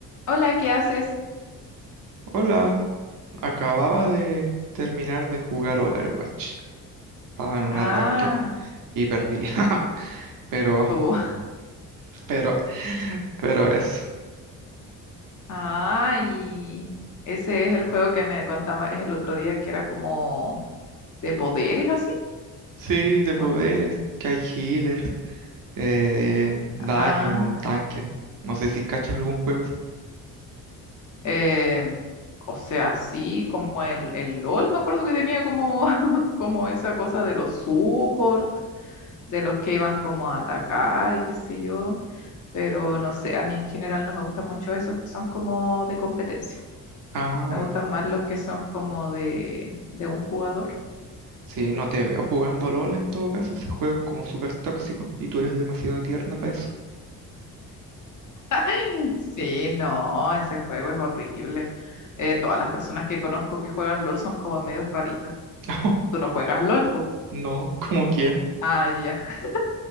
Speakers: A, on the left (about 40°); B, on the right (about 40°).
A: Hola, ¿qué haces?
B: Hola, acababa de terminar de jugar Overwatch. Estaba en una
A: Ah,
B: ranked y perdí. <laughs> Pero,
A: tú.
B: pero, pero eso.
A: Ah, y <laughs> ese es el juego que me contaba el otro día que era como de poderes así,
B: Sí, de poderes,
A: ¿o no?
B: que hay healers, eh, daño,
A: Ah,
B: tanque. No sé si cachas algún juego así.
A: em, o sea, así como el, el LOL, me acuerdo que tenía como, <laughs> como esa cosa de los support, de los que iban como a atacar y qué sé yo, pero no sé, a mí en general no me gustan mucho esos que son como de competencia.
B: Ah,
A: Me gustan más los que son como de, de un jugador.
B: sí, no te veo jugando LOL en todo caso. Ese juego es como súper tóxico y tú eres demasiado tierna para eso.
A: <laughs> Sí, no, ese juego es horrible. Eh, todas las personas que conozco que juegan LOL son como medios raritos.
B: <laughs>
A: ¿Tú no juegas LOL, po?
B: No, no, ¿como quién?
A: Ah, ya. <laughs>